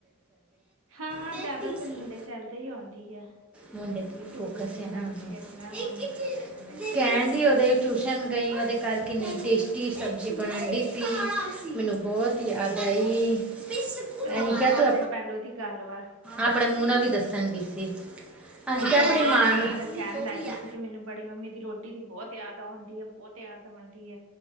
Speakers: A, on the right (about 65°); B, in the centre.
A: ਹਾਂ
B: ਦੇਤੀ
A: ਜਿਆਦਾ ਤੇ ਮੁੰਡੇ
B: ਸੀ
A: ਚੱਲਦੇ ਹੀ ਆਉਂਦੀ ਆ
B: ਮੁੰਡੇ ਤੇ
A: ਸੁਬੋਂ
B: ਫੋਕਸ
A: ਉਹ
B: ਹੈ
A: ਨਾਲ
B: ਨਾ ਉਹਨੂੰ
A: ਖੇਡਣਾ ਵਾ
B: ਇੱਕ
A: ਮੁੰਡੇ
B: ਹੀ ਚੀਜ਼
A: ਨਾਲ ਉਹਨੇ
B: ਦੇ ਕਹਿੰਦੀ ਉਹਦੇ ਟਿਊਸ਼ਨ ਗਈ ਉਹਦੇ ਘਰ ਕਿੰਨੀ ਟੇਸਟੀ ਸਬਜ਼ੀ ਬਣਨ ਦੀ ਸੀ ਮੈਨੂੰ ਬਹੁਤ ਹੀ ਯਾਦ <unintelligible> <unintelligible> ਏਨੂੰ
A: ਤੇ ਉਹ ਤੇ
B: ਕ
A: ਬਹੁਤ
B: ਤੂੰ
A: ਦਿਨ ਪਹਿਲੋਂ ਦੀ ਗੱਲ ਵਾ
B: ਆਪਣੇ ਮੂੰਹ ਨਾਲ ਵੀ ਦੱਸਣ ਡ ਸੀ ਅਸੀਂ
A: ਹਾਂ
B: ਕਿਹਾ
A: ਤੇ ਆਂਦੇ
B: ਆਪਣੀ ਮਾਂ
A: ਸਾਥੀ
B: ਨੂੰ
A: ਓਦਨ
B: ਅਸੀਂ
A: ਕਹਿਣ
B: ਜੋ
A: ਲੱਗ
B: ਵੀ
A: ਗਈ
B: ਆ
A: ਸੀ ਕਿ ਮੈਨੂੰ ਬੜੀ ਮੰਮੀ ਦੀ ਰੋਟੀ ਦੀ ਬਹੁਤ ਯਾਦ ਦੀਆਂ ਬਹੁਤ ਜਿਆਦਾ ਅਉਣ ਡੀ